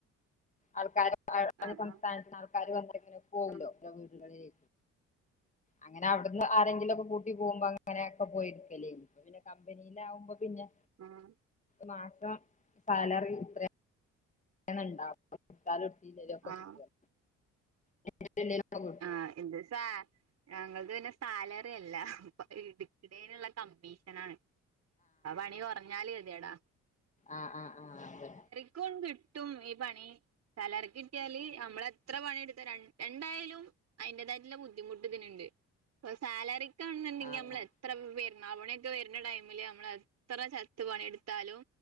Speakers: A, on the left; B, on the right.
A: ആൾക്കാർ <unintelligible>
B: ആഹ്
A: സംസ്ഥാനത്തിന് ആൾക്കാര് വന്ന് ഇങ്ങനെ പോവല്ലോ
B: ആഹ്
A: ലോങ് അങ്ങനെ അവിടുന്ന് ആരെങ്കിലും ഒക്കെ കൂട്ടി പോകുമ്പോ അങ്ങനെയൊക്കെ പോയിരിക്കലേനി പിന്നെ കമ്പനിയിലാവുമ്പോ പിന്നെ
B: ആഹ്
A: മാസം സാലറി എത്രയാ? <unintelligible> എടുത്താലും എടുത്തില്ലേലും ഒക്കെ
B: ആഹ്
A: കിട്ടും <unintelligible> കിട്ടും
B: ആഹ് എന്ത് സാ ഞങ്ങൾത് പിന്നെ സാലറി അല്ല എടുക്ക്ണേനുള്ള കമ്മീഷൻ ആണ് ആഹ് പണി കൊറഞ്ഞാല് ഗതിയേടാ
A: ആഹ് ആഹ് ആഹ് അതെ
B: ക്കും കിട്ടും ഈ പണി <unintelligible> കിട്ടിയാല് നമ്മള എത്ര പണിയെടുത്താ രണ്ട് രണ്ടായാലും അതിന്റേതായിട്ടുള്ള ബുദ്ധിമുട്ട് ഇതിനുണ്ട് ഇപ്പൊ സാലറിക്കാണെന്നുണ്ടെങ്കി
A: ആഹ്
B: നമ്മളെത്
A: അതെ ആഹ് ആഹ്
B: എത്ര പെരുന്നാൾ പണിയൊക്കെ വരുന്ന ടൈമില് നമ്മളെത്ര ചത്ത് പണിയെടുത്താലും